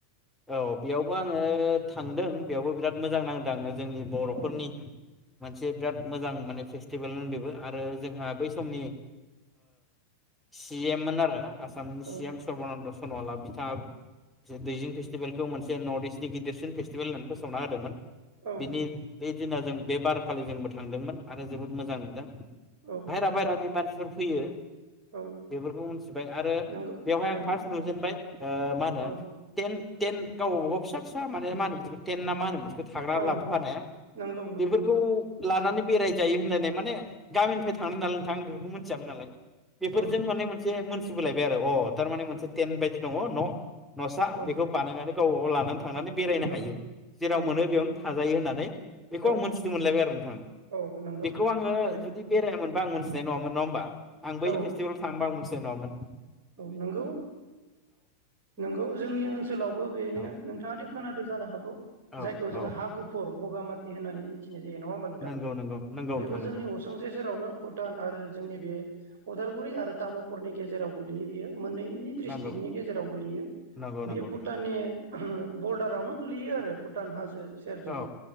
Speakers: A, in the centre; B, on the right.
A: औ बेयावबो आङो थांदों बेयावबो बिराद मोजां नांदों आङो। जोंनि बर'फोरनि
B: औ
A: मोनसे बिराद मोजां माने फेस्टिभेलमोन बेबो आरो जोंहा बै समनि सिएममोन आरो म सानसियम
B: औ
A: सर्बानन्द सनवला बिथाङा दैजिं फेस्टिभेलखौ मोनसे नर्थ इस्टनि गिदिरसिन फेटिभेल होननानै फोसावना होदोंमोन।
B: औ
A: बेनि बे दिना जों बे बारखालि जोंबो थांदोंमोन आरो जोबोद मोजां नुदों। बायहारा
B: औ
A: बायहारानि मानसि सोर फैयो।
B: औ
A: बेफोरखौ मिथिबाय आरो
B: नंगौ
A: बेवहाय
B: थारैनो
A: आं फार्स्ट नुजेनबाय मा होनो
B: औ
A: टेन टेन गावबाव फिसा फिसा मा मा होनो बिखौ होनो बिदिखौ थाग्रा
B: औ
A: लाबोफआनाया
B: नंगौ नंगौ
A: बेफोरखौ लानानै बेराय जायो होनलायनाय माने गामिनिफ्राय थांनो नालाय नोंथां आं बेबो मिथियामोन नालाय। बेफोरजों
B: औ
A: माने मोनसे मोनस सिबिलायबाय आरो अ थारमाने मोनसे टेन बायदि दङ न'। न'सा
B: औ
A: बेखौ बानायनानै गावबा गाव लादोन थांनानै बेरायनो
B: नंगौ
A: हायो जेराव
B: औ
A: मोनो बेयावनो जायो होननानै बेखौ
B: औ
A: आं मोनथिदों मोनलायबाय आरो नोंथां
B: औ नंगौ
A: बेखौ आंङो
B: थारैनो
A: जुदि बेरायामोन बा आं मोनथिनाय नंङा होनबा। आं बै
B: औ
A: फेस्टिभेलाव थांबा मोनस मिथिनाय नंङा मोन।
B: औ नंगौ नंगौ जोंनि ओनसोलावबो बेनो
A: औ
B: नोंथाङादि खोनादों जानो हागौ
A: औ
B: जायखौ जोंङो
A: औ
B: हागुफुर बगामाथि होननानै मिथि जे नंङा होमबा नोंथां
A: नंगौ नंगौ नंगौ
B: बेबो
A: नोंथां नंगौ
B: जोंनि असुंसे सेरावनो भुटान आरो जोंनि बे अदालगुरि आरो तामुलपुरनि गेजेराव गलैयो बियो। मोननैनि ड्रिस्ट्रिक्टनि
A: नंगौ
B: गेजेराव गोलैयो
A: नंगौ
B: बियो
A: नंगौ नोंथां
B: भुटाननि बरडारावनो गोलैयो आरो भुटान हाजो। सेरजं
A: औ